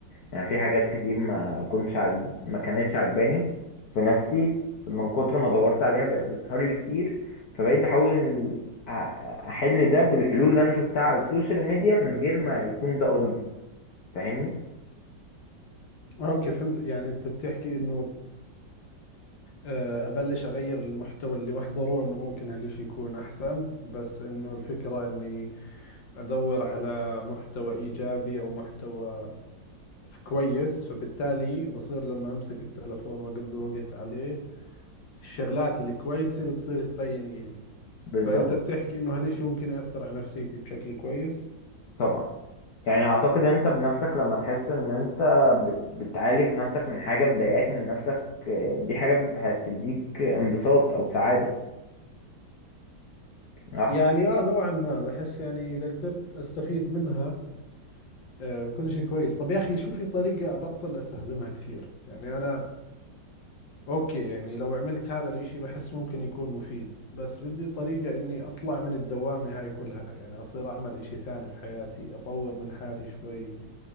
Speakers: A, on the left; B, on the left.
A: يعني في حاجات كتير ما كنتش عجب... ما كانتش عجباني في نفسي من كتر ما دورت عليها بقت بتظهر لي كتير فبقيت بحاول إن أ- احل ده بالحلول اللي انا شفتها على السوشيال ميديا من غير ما يكون ده قصدي فاهمني
B: اوكي فهمت يعني انت بتحكي انه آه، ابلش اغير المحتوى اللي بحضره انه ممكن هالشي يكون احسن بس انه الفكرة اني ادور على محتوى ايجابي او محتوى كويس فبالتالي بصير لما امسك التلفون واقضي وقت عليه الشغلات الكويسة بتصير تبين إلي
A: بالظبط
B: فأنت بتحكي إنه هالإشي ممكن يأثر على نفسيتي بشكل كويس
A: طبعا يعني اعتقد انت بنفسك لما تحس ان انت بت... بتعالج نفسك من حاجة مضايقاك من نفسك آه، دي حاجة هتديك انبساط او سعادة صح
B: يعني آه نوعا ما بحس يعني إذا قدرت أستفيد منها آه بكون إشي كويس طب يا أخي شو في طريقة أبطل أستخدمها كثير يعني أنا أوكي يعني لو عملت هذا الإشي بحس ممكن يكون مفيد بس بدي طريقة إني أطلع من الدوامة هاي كلها يعني أصير أعمل إشي ثاني في حياتي أطور من حالي شوي